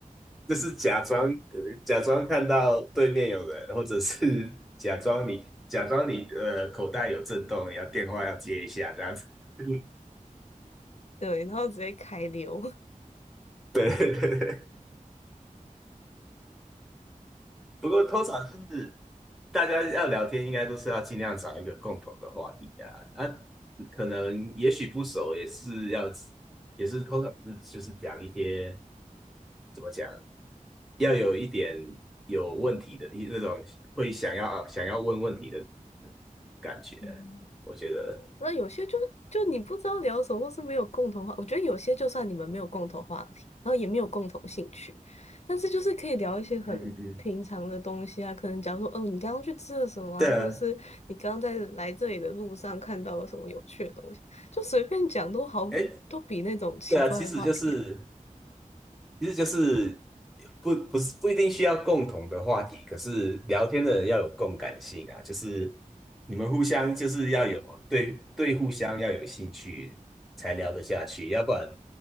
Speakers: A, in the centre; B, on the left.
A: 就是假装呃假装看到对面有人，或者是假装你假装你呃口袋有震动，要电话要接一下这样子。<laughs>
B: 对，然后直接开溜。
A: 对对对对不过通常是大家要聊天，应该都是要尽量找一个共同的话题啊。啊，可能也许不熟，也是要也是通常是就是讲一些怎么讲，要有一点有问题的一那种会想要想要问问题的感觉，
B: 嗯
A: 我觉得，
B: 那有些就就你不知道聊什么，或是没有共同话，我觉得有些就算你们没有共同话题，然后也没有共同兴趣，但是就是可以聊一些很平常的东西啊，
A: 嗯嗯嗯，
B: 可能假如说，哦，你刚刚去吃了什么啊，
A: 对啊，
B: 或者是你刚刚在来这里的路上看到了什么有趣的东西，就随便讲都好，
A: 哎，
B: 都比那种奇怪的话题
A: 对啊，其实就是，其实就是不不是不一定需要共同的话题，可是聊天的人要有共感性啊，就是你们互相就是要有对对互相要有兴趣才聊得下去，要不然